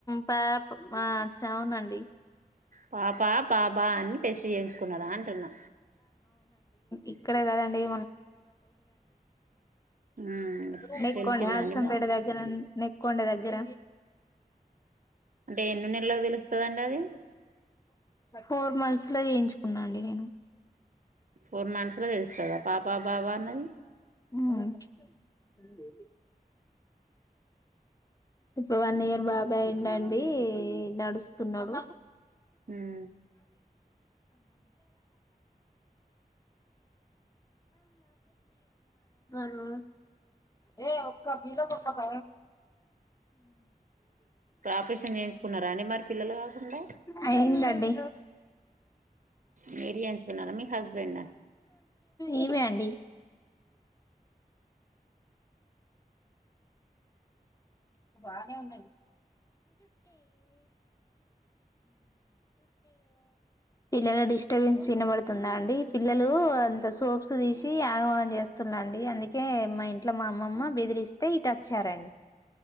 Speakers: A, on the left; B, on the right.
A: పాప ఆ చావునండి
B: పాపా బాబా అని టెస్ట్ చేయించుకున్నారా అంటున్నా
A: ఇక్కడే కదండి
B: ఉమ్
A: నీకునే
B: తెలిసిందండి
A: అసం
B: మరి
A: పేట దగ్గరం కుక్కండ దగ్గర
B: అంటే ఎన్ని నెలలకు తెలుస్తుదండి అది
A: ఫోర్ మంత్స్ లో చేయించుకున్నాండి నేను
B: ఫోర్ మంత్స్ లో తెలుస్తుందా పాప బాబా అన్నది
A: ఆ ఇప్పుడు వన్ ఇయర్ బాబా అండ అండి నడుస్తున్నాడు
B: ఉమ్
A: రు ఏ ఒక్క ఫీరోక ఒక్క ప
B: ఆపరేషన్ చేయించుకున్నారా అండి మరి పిల్లలు కాకుండా
A: అయిందండి
B: మీరు చేయించుకున్నారా మీ హస్బెండా
A: ఈమె అండి మోట పిల్లల డిస్టర్బెన్స్ వినబడుతుందా అండి పిల్లలు సోప్స్ తీసి ఆగమాగం చేస్తున్నాండి అందుకే మా ఇంట్లో మా అమ్మమ్మ బెదిరిస్తే ఇటు వచ్చారండి